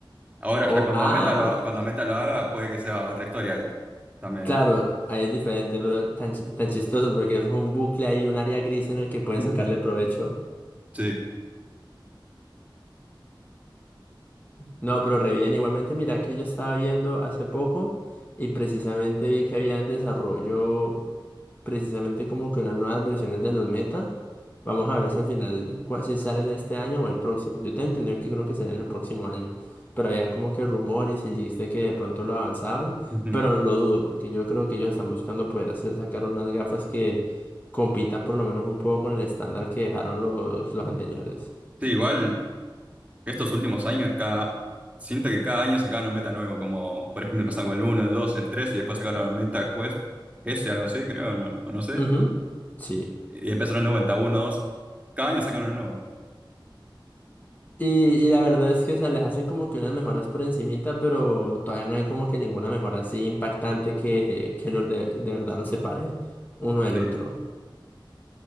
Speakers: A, on the right; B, on the left.
A: Ahora
B: O,
A: ya cuando
B: ah,
A: Meta lo,
B: o-
A: cuando Meta lo haga, puede que sea otra historia ahí también.
B: claro, ahí es diferente, pero tan, chi- tan chistoso porque es un bucle ahí, un área gris en el que pueden
A: <laughs>
B: sacarle provecho.
A: Sí.
B: No, pero re bien. Igualmente, mira que yo estaba viendo hace poco y precisamente vi que había en desarrollo. precisamente como que unas nuevas versiones de los meta. Vamos a ver si al final, cua- si salen este año o el próximo. Yo te entendí que creo que salen el próximo año, pero habían como que rumores y leaks de que de pronto lo avanzaban,
A: Ujú.
B: pero lo dudo, porque yo creo que ellos están buscando poder hacer, sacar unas gafas que compitan por lo menos un poco con el estándar que dejaron los, los anteriores.
A: Sí, igual estos últimos años, cada, siento que cada año sacaban un meta nuevo, como por ejemplo empezaron con el uno el 2 el 3 y después sacaron el Meta Quest S, algo así, creo, no, o no sé.
B: Ujú, Sí.
A: Y empezaron de vuelta, uno dos Cada año sacaron uno nuevo,
B: Y, y la verdad es que, o sea, les hacen como que unas mejoras por encimita, pero todavía no hay como que ninguna mejora así impactante que, que los de, de verdad los separe uno del
A: sí.
B: otro.